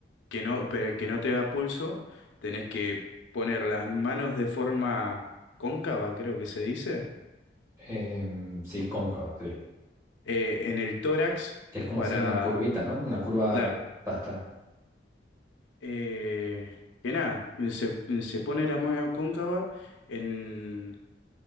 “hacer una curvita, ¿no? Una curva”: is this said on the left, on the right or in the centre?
Right